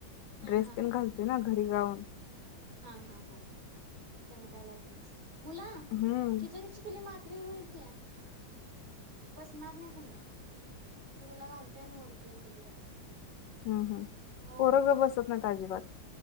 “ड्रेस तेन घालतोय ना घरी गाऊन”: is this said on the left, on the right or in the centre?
Left